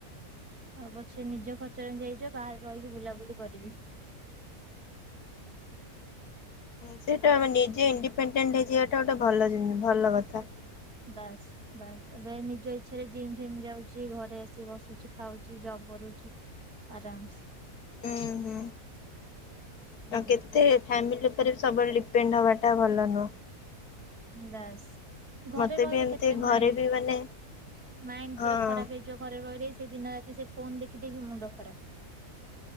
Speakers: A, on the right; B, on the left.
A: ଆଉ ପଛେ ନିଜ ଖର୍ଚ୍ଚରେ ନେଇଜ ବାହାରେ ରହିକି ବୁଲାବୁଲି କରିବି।
B: ସେଇଟା ଆମେ ନିଜେ ଇଣ୍ଡିପେଣ୍ଡେଣ୍ଟ ହେଇଯିବାଟା ଗୋଟେ ଭଲ ଜିନିଷ ଭଲ କଥା।
A: ବାସ୍। ବାସ୍ ଏବେ ନିଜ ଇଚ୍ଛାରେ ଜିମ୍ ଫିମ୍ ଯାଉଛି, ଘରେ ଆସି ବସୁଛି ଖାଉଛି ଜବ୍ କରୁଛି। ଆରାମସେ।
B: ହୁଁ ହୁଁ
A: ହୁଁ
B: ତ କେତ ଏତେ ଫ୍ୟାମିଲି ଉପରେ ବି ସବୁବେଳେ ଡିପେଣ୍ଡ ହବାଟା ଭଲ ନୁହଁ।
A: ବାସ୍। ଘରେ
B: ମତେ
A: ରହିବ
B: ବି ଏମିତି
A: କେତେ?
B: ଘରେ
A: ମାଇଣ୍ଡ
B: ବି ମାନେ
A: ମାଇଣ୍ଡ
B: ହଁ
A: ପୁରା ଖରାପ ହେଇଯିବ ଘରେ ରହି ରହି ସେ ଦିନ ସେ ଫୋନ୍ ଦେଖିଦେଖି ମୁଣ୍ଡ ଖରାପ।